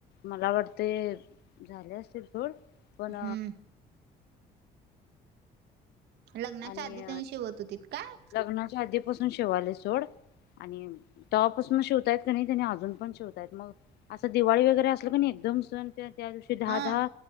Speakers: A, on the left; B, on the right.
A: मला वाटते झाले असतील थोड पण
B: हम्म लग्नाच्या
A: आणि
B: आधी त्यांनी शिवत होतीत काय?
A: लग्नाच्या आधीपासून शिवाले सोड आणि तपासून शिवतायत क नाही त्यानी अजून पण शिवतायत मग असं दिवाळी वगैरे असल का एकदम सण त्या त्या दिवशी दहा
B: हा
A: दहा